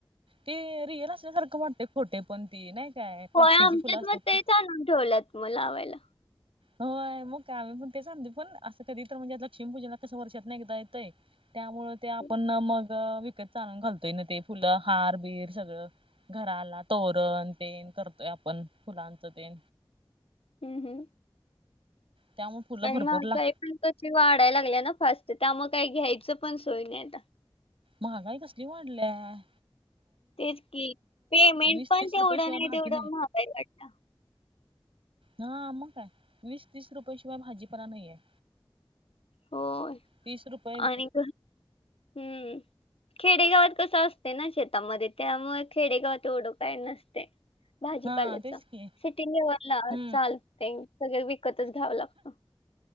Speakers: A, on the right; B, on the left.
A: ते रियल असल्यासारखं म्हटत खोटे पण ती नाही. काय प्लास्टिकची
B: होय आमच्यात
A: फुलं असतात
B: मग ते
A: ती
B: चा आणून ठेवलंत म लावायला
A: होय मग का आम्ही पण तेचां पण असं कधी तर म्हणजे लक्ष्मीपूजननासम वर्षेत नाही कता येतय. त्यामुळ ते आपण
B: हम्म,
A: मग विकत चालून घालतोय ना ते फुलं हार बिर सगळं. घराला तोरण तेन करतोय आपण फुलांचं ते
B: हम् हम्.
A: त्यामुळे फुलं
B: आणि
A: भरपूर
B: मग
A: लाग
B: काही पण क वाढाय लागल्या ना फस्ट त्या मग काही घ्यायचं पण सोय नाही आता
A: महागाई कसली वाढल्याय.
B: तेच कि पेमेंट
A: वीस
B: पण
A: तीस
B: तेवढं
A: रुपये शिवाय
B: नाही
A: भाजी
B: तेवढं महागय वाटलं.
A: ह मग काय वीस तीस रुपयाेशिवाय भाजीपरा नाही आहेे.
B: होय
A: तीस रुपये
B: आणि हम्म. खेडेगावात कसं असते ना शेतामध्ये त्यामुळे खेडेगावात एवढं काय नसत. भाजीपाल्याच
A: हा तेच की
B: सिटीला
A: हम्म
B: चालते सग व तच घ्यावं लागतं.